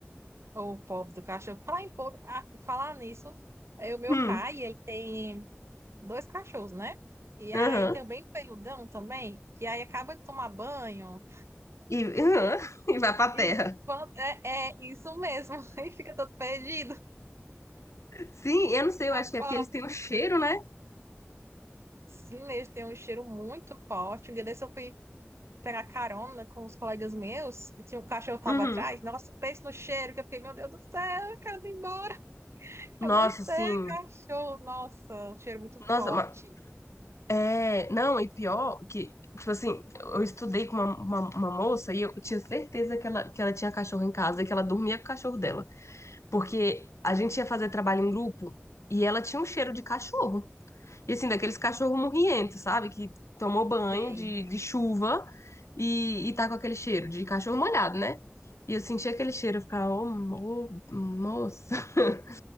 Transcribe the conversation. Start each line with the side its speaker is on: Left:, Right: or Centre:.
Right: Ô, pobre do cachorro. Falar em pobre, ah, por falar nisso, é o meu
Left: Hum,
Right: pai, ele tem dois cachorros, né? E
Left: aham.
Right: aí tem o bem feiudão também, que aí acaba de tomar banho
Left: E, aham, <laughs> e vai pra terra.
Right: e van- é, é isso mesmo, <laughs> e fica todo perdido.
Left: Sim, eu não sei, eu acho
Right: A
Left: que
Right: pobre.
Left: é porque eles têm o cheiro, né?
Right: Sim, eles têm um cheiro muito forte. Um dia desse eu fui pegar carona com os colegas meus, e tinha um cachorro que tava
Left: Uhum.
Right: atrás. Nossa, pensa no cheiro, que eu fiquei, meu Deus do céu, eu quero ir embora, eu quero
Left: Nossa,
Right: descer,
Left: sim.
Right: cachorro. Nossa, um cheiro muito
Left: Nossa,
Right: forte.
Left: ma- é, não, e pior que, tipo assim, eu estudei com uma, uma, uma moça e eu tinha certeza que ela, que ela tinha cachorro em casa e que ela dormia com o cachorro dela. Porque a gente ia fazer trabalho em grupo e ela tinha um cheiro de cachorro. E assim, daqueles cachorros morrientos, sabe? Que tomou banho
Right: Tem.
Left: de, de chuva e, e tá com aquele cheiro de cachorro molhado, né? E eu sentia aquele cheiro, eu ficava, ô, mo- moça. <laughs>